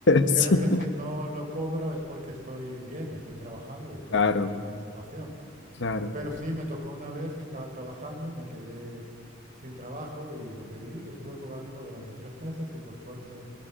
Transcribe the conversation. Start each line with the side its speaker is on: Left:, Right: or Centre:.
Left: <laughs>
Right: creo
Left: sí,
Right: que si no lo cobro es porque estoy bien, estoy trabajando y estoy
Left: claro,
Right: en una buena situación.
Left: claro.
Right: Pero sí, me tocó una vez que estaba trabajando, me quedé sin trabajo y lo pedí y estuve cobrándolo durante tres meses y por suerte